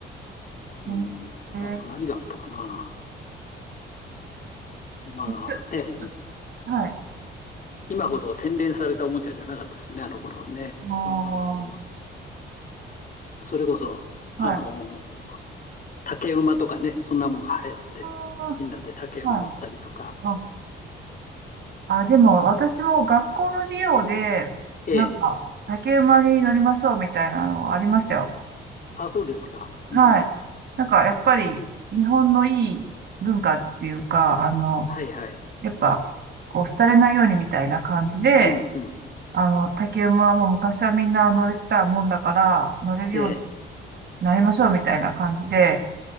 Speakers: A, on the left; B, on the right.
A: うん、
B: うんえー、
A: あと何があったかな。まあね、
B: そして、
A: い
B: はい。
A: 今ほど洗練されたおもちゃじゃなかったですね、あの頃はね。
B: ああ、
A: あの、
B: は
A: それこそ、あの、
B: い。
A: 竹馬とかね、そんなもんが流行って、
B: あ
A: みんなで竹馬乗ったりとか。
B: あ、はい。あ、あ、でも、私も学校の授業で、
A: ええ。
B: なんか、竹馬に乗りましょうみたいなのありましたよ。
A: あ、そうですか。うん。
B: はい。なんか、やっぱり、日本のいい文化っていうか、あの、
A: はいはい。
B: やっぱ、こう、廃れないようにみたいな感じで、
A: うんうんうん。
B: あの、竹馬はもう昔はみんな乗れてたもんだから、乗れるように
A: ええ。
B: なりましょうみたいな感じで、